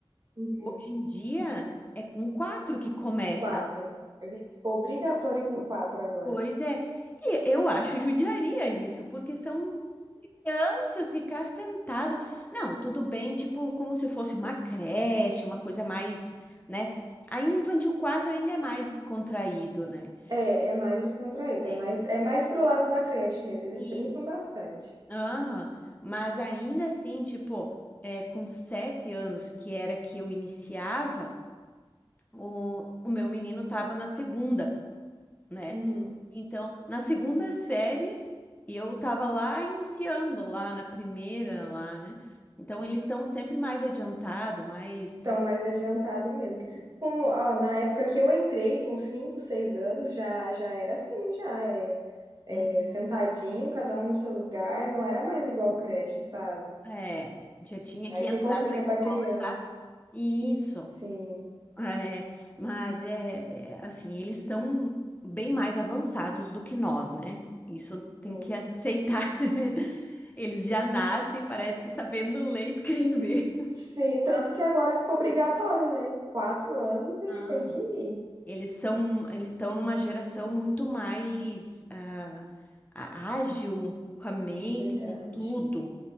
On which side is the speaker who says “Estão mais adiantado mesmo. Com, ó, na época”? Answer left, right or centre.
Right